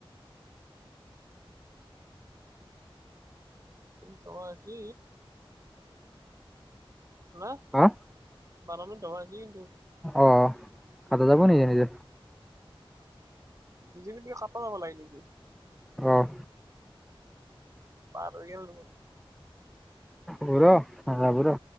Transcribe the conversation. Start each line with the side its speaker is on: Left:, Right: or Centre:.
Right: চবা আছি শুনা
Centre: হা
Right: <unintelligible>
Centre: অহ কাতা যাব নেকি নিজে।
Right: নিজে নি বোলে কাতা যাবা লাগে নেকি
Centre: অহ
Right: পাৰ হৈ গেল দেখুন
Centre: ৰ নাজাবি ৰ